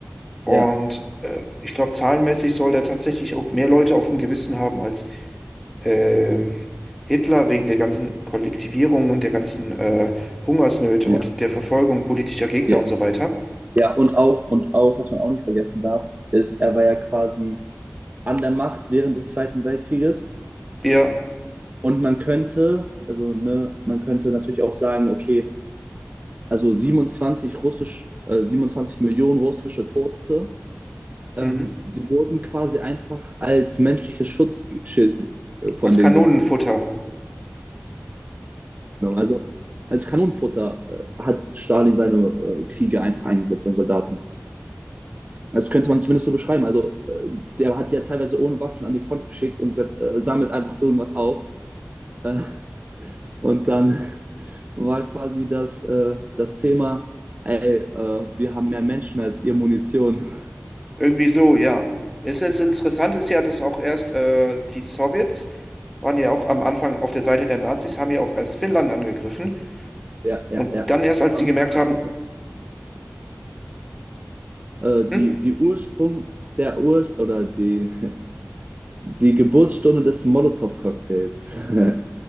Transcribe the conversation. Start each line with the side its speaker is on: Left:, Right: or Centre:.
Centre: Und
Right: ja,
Centre: äh, ich glaube, zahlenmäßig soll der tatsächlich auch mehr Leute auf dem Gewissen haben als äh, Hitler wegen der ganzen Kollektivierung und der ganzen äh, Hungersnöte
Right: ja,
Centre: und der Verfolgung politischer Gegner
Right: ja.
Centre: und so weiter.
Right: Ja, und auch, und auch, was man auch nicht vergessen darf, ist, er war ja quasi an der Macht während des Zweiten Weltkrieges.
Centre: Ja,
Right: Und man könnte, also ne, man könnte natürlich auch sagen, okay, also 27 russisch, äh, 27 Millionen russische Tote Ähm,
Centre: mhm.
Right: die wurden quasi einfach als menschliches Schutzschild äh, von
Centre: Als
Right: dem
Centre: Kanonenfutter.
Right: genommen. Also als Kanonenfutter äh, hat Stalin seine äh, Kriege einfach eingesetzt, seine Soldaten. Das könnte man zumindest so beschreiben. Also äh, der hat die ja teilweise ohne Waffen an die Front geschickt und äh, sammelt einfach irgendwas auf. Äh, und dann <laughs> war quasi das, äh, das Thema, ey, äh, wir haben mehr Menschen als ihr Munition. <laughs>
Centre: Irgendwie so, ja. Es ist interessant ist ja, dass auch erst äh, die Sowjets waren ja auch am Anfang auf der Seite der Nazis, haben ja auch erst Finnland angegriffen
Right: Ja, ja,
Centre: und
Right: ja.
Centre: dann erst, als
Right: Haben
Centre: die gemerkt
Right: dann
Centre: haben,
Right: aber äh, die,
Centre: hm,
Right: die Ursprung der Ur oder die Die Geburtsstunde des Molotow-Cocktails. <laughs>